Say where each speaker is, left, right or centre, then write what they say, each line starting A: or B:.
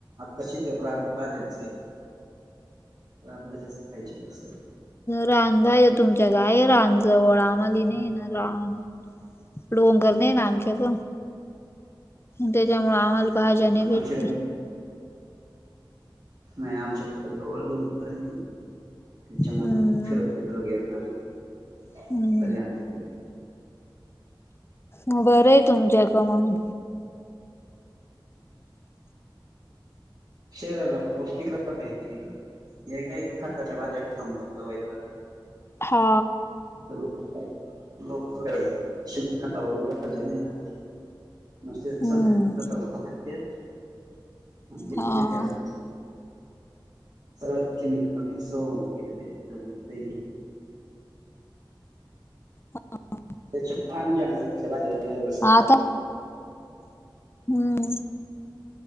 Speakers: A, on the right; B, on the left.
A: तसे ते भाज्यांचे रानभाज्याच खायचे असतात.
B: रानभाज्या तुमच्यात आहे जवळ. आम्हाला नाही ना रान. डोंगर नाही ना आमच्याकडं त्याच्यामुळ आम्हाला भाज्या नाही भेटती
A: आमच्या नाही आमच्या जवळ डोंगर आहे ती. त्याच्यामुळ
B: हम्म
A: फिरत फिरत गेलतो ना
B: हम्म
A: तरी आणतात.
B: म बरंय तुमच्याकडं मंग.
A: शरीराला पौष्टिक राहतते ते. हे काय खताच्या भाज्या खाऊन वैताग आला.
B: हा.
A: ते लोक काय शेणखतावरले भाज्यांनी आणती नुसते
B: हम्म
A: संकरित खत वापरतेत. आणि देते
B: हा
A: ती आणून. सगळं केमिकल मिक्स होऊन गेलं जमिनीत
B: हा <unintelligible>
A: त्याच्यामुळे आम्ही जंगलातल्या भाज्या दरवेळेस खातोय.
B: आता हम्म